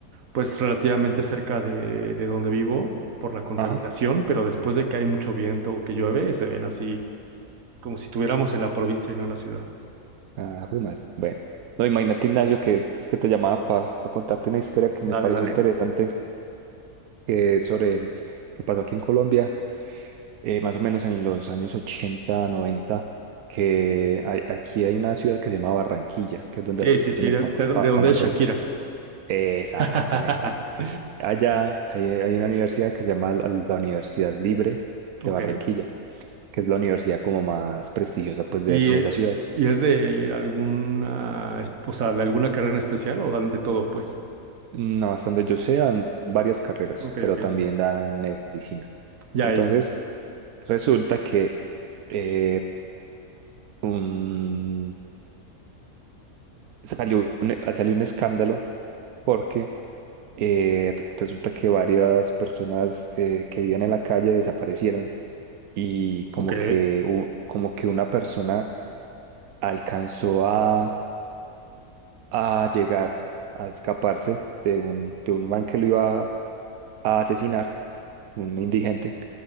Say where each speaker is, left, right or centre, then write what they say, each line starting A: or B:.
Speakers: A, on the right; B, on the right.
A: pues, relativamente cerca de, de donde vivo por la contaminación,
B: Ajá.
A: pero después de que hay mucho viento o que llueve, se ven así como si estuviéramos en la provincia y no en la ciudad.
B: Ah, jue madre. Bueno, no, imagínate, Ignacio, que es que te llamaba para contarte una historia que
A: Dale,
B: me pareció
A: dale.
B: interesante. que es sobre que pasó aquí en Colombia, eh, más o menos en los años ochenta noventa que hay- aquí hay una ciudad que se llama Barranquilla, que es donde
A: Sí, sí,
B: hacen
A: sí,
B: el
A: de,
B: famo-
A: de de
B: fa-
A: donde
B: famoso...
A: es Shakira.
B: Exactamente.
A: <laughs>
B: Allá hay, hay una universidad que se llama la la Universidad Libre
A: Ok.
B: de Barranquilla, que es la universidad como más prestigiosa pues, de,
A: ¿Y,
B: de
A: eh,
B: esa ciudad.
A: y es de alguna, es- o sea, de alguna carrera en especial o dan de todo, pues?
B: No, hasta donde yo sé, dan varias carreras,
A: Ok,
B: pero
A: ok.
B: también dan medicina.
A: Ya,
B: Entonces,
A: ya.
B: resulta que eh, un salió un, ah, salió un escándalo porque eh, re- resulta que varias personas eh, que vivían en la calle desaparecieron y como
A: Ok.
B: que, u- como que una persona alcanzó a, a llegar, a escaparse de un, de un man que lo iba a asesinar, un indigente.